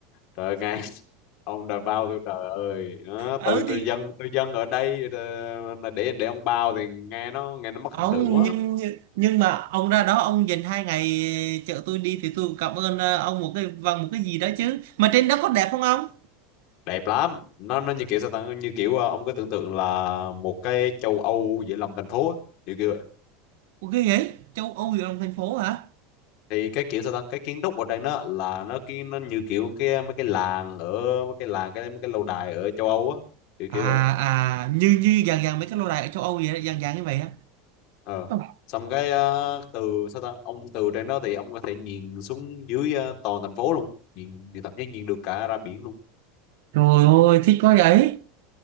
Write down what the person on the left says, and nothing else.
trời ngàn <laughs> ông đã bao tôi trời ơi nó tôi
tôi
dân tôi dân ở đây ờ, để để ông bao thì nghe nó nghe nó mất
hình tượng quá
đẹp lắm nó nó như kiểu sao ta như kiểu ờ, ông cứ tưởng tượng là một cái châu Âu giữa lòng thành phố á, kiểu kiểu vậy.
thì cái kiểu sao ta cái kiến trúc ở đây nó là nó cái nó như kiểu cái mấy cái làng ở mấy cái làng cái mấy cái lâu đài ở châu Âu á kiểu
kiểu vậy
ờ
xong cái ờ, từ sao ta ông từ trên đó thì ông có thể nhìn xuống dưới ờ, toàn thành phố luôn nhìn, nhìn thậm chí nhìn được cả ra biển luôn